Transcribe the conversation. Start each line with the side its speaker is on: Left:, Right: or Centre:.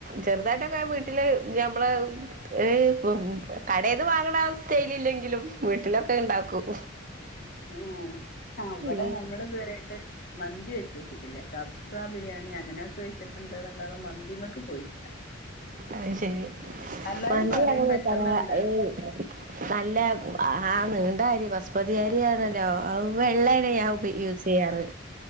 Right: ചെറുതായ്ട്ടൊക്കെ വീട്ടില് ഞമ്മ്ള് ഏഹ് പ്പ്മ്മ് കടേന്ന് വാങ്ങണ സ്റ്റൈലില്ലെങ്കിലും വീട്ടിലക്കെണ്ടാക്കും
Left: ഉം അവ്ടെ
Right: ഉം
Left: ഞമ്മള് ഇത്വരായ്ട്ട് മന്തി വെച്ച് വെച്ചൊക്കിട്ട്ല്ല കബ്സ്സ ബിര്യാണി അങ്ങനെയൊക്കെ വെച്ചിട്ട്ണ്ട്ന്നല്ലാതെ മന്തിമക്ക് പോയിട്ട്ല്ല
Right: അയ്ശെരി
Left: എല്ലാരും
Right: മന്തിങ്ങനെ
Left: പറയും പെട്ടെന്നുണ്ട്
Right: പല ഏഹ് ന്താരി നല്ല ആഹ് നീണ്ടരി വസ്‌മതിയരിയാണല്ലോ അവെള്ള <unintelligible> യൂസെയ്യാറ്.